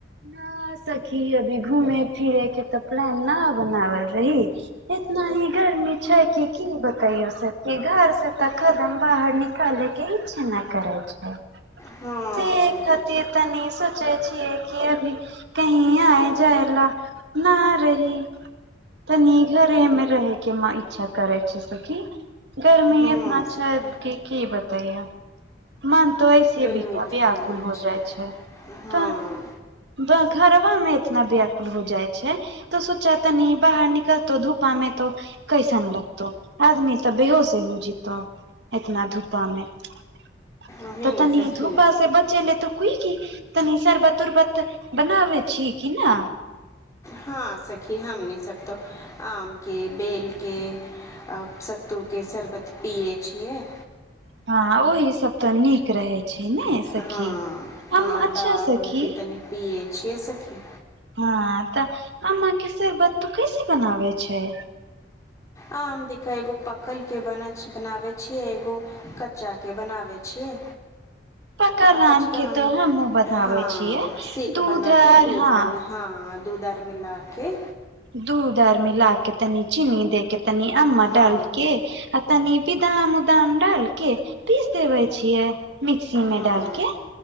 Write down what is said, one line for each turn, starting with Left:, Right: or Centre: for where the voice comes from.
Right: न सखी अभी घूमे फिरे के तऽ प्लान न बनावल रही एतना ही गर्मी छै कि की बतायो सखी घर से त खदम बाहर नि कके इच्छा ना करै छै
Left: हँ
Right: से खातिर तनी सोचे छीियै कि अभी कहीं आय जाय ला न रही तनी घरेमे रहै के म इच्छा करै छै सखी गर्मी
Left: हँ
Right: इतना छै
Left: सखी
Right: कि की बतैय मन तो ओइसे
Left: गर्मी
Right: भी व्याकुल
Left: तऽ
Right: हो जाइ छै तऽ
Left: हँ
Right: ब घरबा मे इतना व्याकुल हो जाइ छै तऽ सोच तानि बाहर निकलतो धूपामे तो कैसन लगतौ आदमी तऽ बेहोसे हो जैतो एतना धुपा मे तऽ
Left: ओही ने
Right: तनि
Left: सखी
Right: धूपा से बचे ले तऽ कोइ की तनी सरबत उरबत बनाबै छी की न
Left: हँ सखी हमनी सबतो आमके बेलके सत्तूके शरबत पियै छियै
Right: हँ ओहि सब तो नीक रहै छै ने सखी
Left: हँ हँ
Right: अम्मा अच्छा
Left: डाब
Right: सखी
Left: उभ भी तनी पियै छियै सखी
Right: हँ तऽ आमा के सरबत तु कैसे बनावे छै
Left: आम देख एगो पकल के बनाबै छियै एगो कच्चा के बनाबै छियै
Right: <inaudible> पकल
Left: कचका
Right: आम के
Left: आमक
Right: तो हमहुँ बनाबै
Left: हँ
Right: छियै
Left: सेक
Right: दूध
Left: बनाके
Right: आर
Left: दूधवला
Right: हँ
Left: हँ दूध आर मिलाके
Right: दूध आर मिला के तनी चीनी दे के तनी अमवा
Left: हँ
Right: डालके आ तनी बिदाम उदाम डालके पीस देबै छियै मिक्सी मे
Left: हँ
Right: डाल के